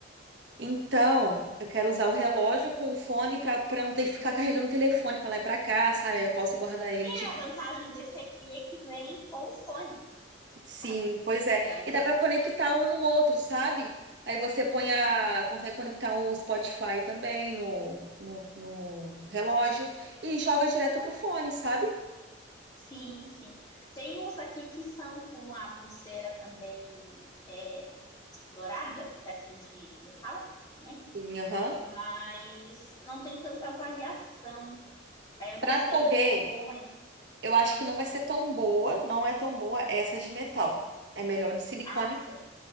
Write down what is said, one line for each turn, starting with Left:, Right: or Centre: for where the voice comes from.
Right: Então, eu quero usar o relógio com o fone para para não ter que ficar carregando o telefone para lá e para cá, sabe? Aí eu posso guardar ele
Left: É, a vantagem desse aqui é que vem com o fone,
Right: Sim,
Left: sabe?
Right: pois
Left: Então,
Right: é. E dá pra conectar um no outro, sabe? Aí você
Left: isso.
Right: põe a, consegue conectar o Spotify também no, no, no relógio e joga direto pro fone, sabe?
Left: Sim, sim. Tem uns aqui que são com a pulseira também é, dourada, assim, de, de metal, né?
Right: Sim, aham.
Left: Mas não tem tanta avaliação Aí eu não
Right: Pra
Left: sei
Right: correr,
Left: o quão bom é.
Right: eu acho que não vai ser tão boa, não é tão boa essa de metal. É melhor de silicone,
Left: Ah, sim.